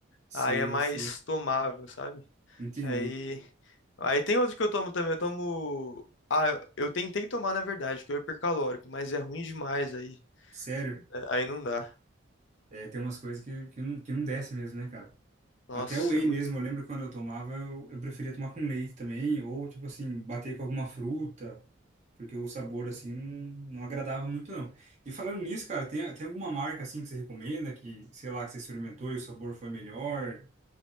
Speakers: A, on the right; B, on the left.
A: Sei,
B: aí é mais
A: sei.
B: tomável, sabe?
A: Entendi.
B: Aí, aí tem outro que eu tomo também. Eu tomo. Ah, eu eu tentei tomar, na verdade, que é o hipercalórico, mas é ruim demais aí.
A: Sério,
B: É, Aí não dá.
A: é, tem umas coisas que, que, não, que não desce mesmo, né, cara?
B: Nossa,
A: Até o whey
B: é muito
A: mesmo,
B: ruim.
A: eu lembro que quando eu tomava, eu, eu preferia tomar com leite também, ou tipo assim, bater com alguma fruta, porque o sabor assim não, não agradava muito não. E falando nisso, cara, tem, tem alguma marca assim que você recomenda, que, sei lá, que você experimentou e o sabor foi melhor,